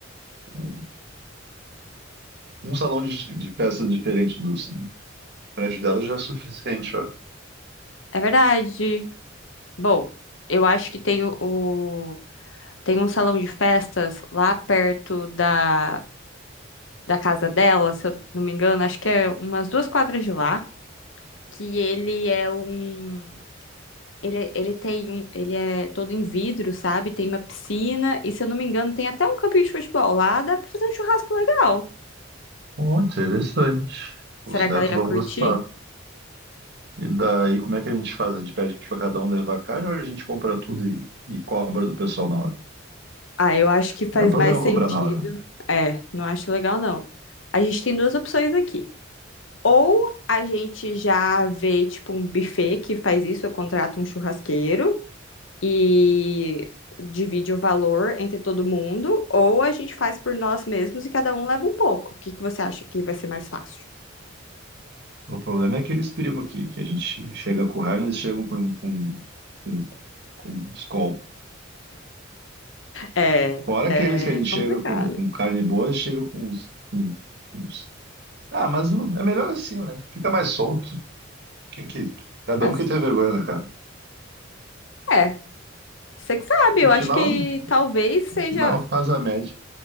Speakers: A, on the right; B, on the left.
A: um, um salão de, de festa diferente do prédio dela já é suficiente, ó.
B: É verdade. Bom, eu acho que tem o. Tem um salão de festas lá perto da, da casa dela, se eu não me engano, acho que é umas duas quadras de lá, que ele é um. Ele, ele tem um. Ele é todo em vidro, sabe? Tem uma piscina, e se eu não me engano, tem até um campinho de futebol lá, dá pra fazer um churrasco legal.
A: Oh, interessante.
B: Será
A: Os netos
B: que ela ia
A: vão
B: curtir?
A: gostar. E daí, como é que a gente faz? A gente pede para cada um levar carne ou a gente compra tudo e, e cobra do pessoal na hora?
B: Ah, eu acho que faz
A: É um problema
B: mais sentido.
A: cobrar na hora, né?
B: É, não acho legal, não. A gente tem duas opções aqui. Ou a gente já vê, tipo, um buffet que faz isso, eu contrato um churrasqueiro. e divide o valor entre todo mundo, ou a gente faz por nós mesmos e cada um leva um pouco. O que que você acha que vai ser mais fácil?
A: O problema é aqueles primos que, que a gente chega com carne, eles chegam com, com, com, com Skol.
B: É,
A: Fora
B: é
A: aqueles que a gente chega
B: complicado.
A: com, com carne boa, eles chegam com uns, com- com uns- Ah, mas não- é melhor assim, né? Fica mais solto. Quem que... Cada
B: Mas,
A: um que tem vergonha na cara.
B: é, você que sabe,
A: No
B: eu
A: final,
B: acho que
A: no
B: talvez seja,
A: final faz a média.